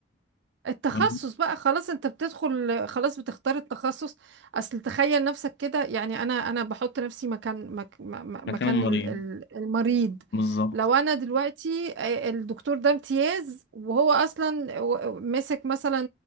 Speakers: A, on the right; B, on the left.
A: التخصص
B: <laughs>
A: بقى خلاص انت بتدخل خلاص بتختار التخصص اصل تخيل نفسك كده يعني انا انا بحط نفسي مكان مك م-
B: مكان
A: مكان
B: المريض
A: ال- ال- المريض
B: بالظبط
A: لو انا دلوقتي آه، الدكتور ده امتياز وهو اصلا و- ماسك مثلا